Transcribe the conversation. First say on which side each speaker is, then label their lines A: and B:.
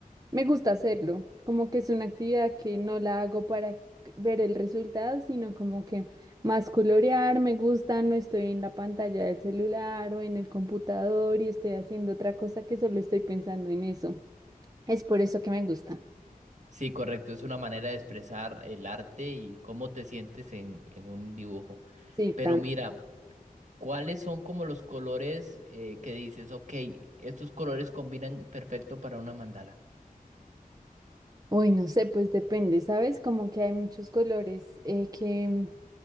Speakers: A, on the right (about 25°); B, on the right (about 55°).
A: Me gusta hacerlo, como que es una actividad que no la hago para c- ver el resultado, sino como que más colorear, me gusta, no estoy en la pantalla del celular o en el computador y estoy haciendo otra cosa que solo estoy pensando en eso. Es por eso que me gusta.
B: Sí, correcto, es una manera de expresar el arte y cómo te sientes en, en un dibujo.
A: Sí,
B: Pero
A: tam-
B: mira, ¿cuáles son como los colores eh, que dices, ok, estos colores combinan perfecto para una mandala?
A: Uy, no sé, pues depende, ¿sabes? Como que hay muchos colores eh, que